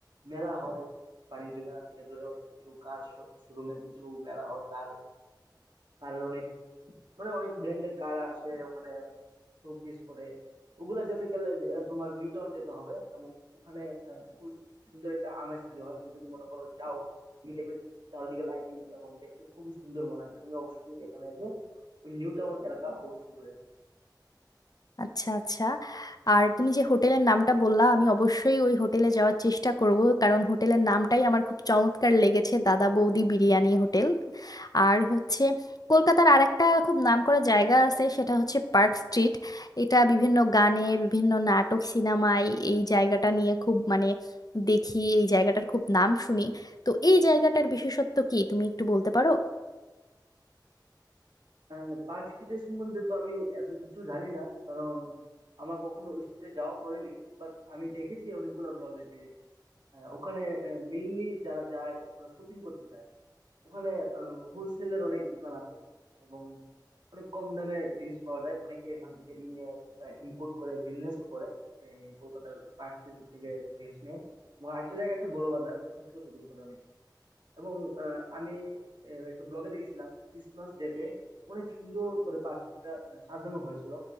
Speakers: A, on the right; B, on the left.
A: মেলা হয় বাণিজ্য মেলা থেকে দূরে অনেক কিছু কার শোরুমের কিছু মেলা হয় কার কারের অনেক মানে অনেক ব্র্যান্ডের কার আসে ওখানে শোকেস করে ওগুলা যেতে গেলে আহ, তোমার নিউ টাউন যেতে হবে এবং ওখানে আহ, খুব সুন্দর একটা আমেজ তৈরি হয় তুমি যদি মনে করো যাও তুমি দেখবে চারিদিকে লাইটিং এবং দেখতে খুবই সুন্দর মনে হয় তুমি অবশ্যই এখানে এসে ওই নিউ টাউন এলাকা অবশ্যই ঘুরে আসবে
B: আচ্ছা আচ্ছা আর তুমি যে হোটেলের নামটা বললা আমি অবশ্যই ওই হোটেলে যাওয়ার চেষ্টা করব কারণ হোটেলের নামটাই আমার খুব চমৎকার লেগেছে দাদা বৌদি বিরিয়ানি হোটেল আর হচ্ছে কলকাতার আরেকটা খুব নামকরা জায়গা আছে সেটা হচ্ছে পার্ক স্ট্রিট এটা বিভিন্ন গানে বিভিন্ন নাটক সিনেমায় এই জায়গাটা নিয়ে খুব মানে দেখি এই জায়গাটার খুব নাম শুনি তো এই জায়গাটার বিশেষত্ব কি তুমি একটু বলতে পারো
A: আহ, পার্ক স্ট্রিটের সম্বন্ধে তো আমি এত কিছু জানি না কারণ আমার কখনো ওই স্ট্রিটে যাওয়া পড়েনি বাট আমি দেখেছি অনেকগুলা ব্লগে যে আহ, ওখানে মেইনলি যারা যায় ওরা শপিং করতে যায় ওখানে হোলসেলের অনেক দোকান আছে এবং অনেক কম দামে জিনিস পাওয়া যায় অনেকে এখান থেকে নিয়ে ইম্পোর্ট করে বিজনেসও করে এই কলকাতার পার্ক স্ট্রিট থেকে জিনিস নিয়ে এবং আরেকটা জায়গা আছে বড় বাজার ওখান থেকে শপিং করে অনেকে এবং আহ, আমি আহ, একটা ব্লগে দেখেছিলাম ক্রিসমাস ডেতে অনেক সুন্দর করে পাখিটা আহ, সাজানো হয়েছিল